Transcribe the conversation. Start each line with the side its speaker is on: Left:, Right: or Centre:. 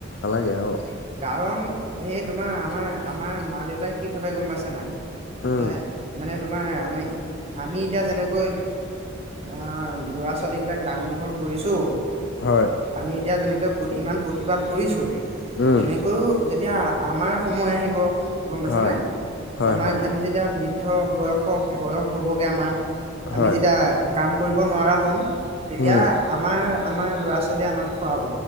Left: বেয়া অ
Right: কাৰণ এই তোমাৰ আমাৰ- আমাৰ মা -দেউতাই কিভাৱে গম পাইছা নাই
Left: উম
Right: মানে তোমাৰ আমি- আমি এতিয়া যেনেকৈ আ ল'ৰা- ছোৱালীকেইটাক ডাঙৰ দীঘল কৰিছোঁ
Left: হয়।
Right: আমি এতিয়া যেনেকে ইমান প্ৰতিপাল কৰিছোঁ
Left: উম
Right: তেনেকৈও এতিয়া আমাৰ সময় আহিব গম পাইছানে
Left: হয় হয়
Right: আমাৰ
Left: হয়
Right: আমি যেতিয়া বৃ দ্ধ বয়স- বয়স হ'বগে আমাৰ আমি
Left: হয়
Right: যেতিয়া কাম কৰিব নোৱাৰা হম তেতিয়া
Left: উম
Right: আমাৰ- আমাৰ ল'ৰা-ছোৱালীয়ে আমাক খোৱাব।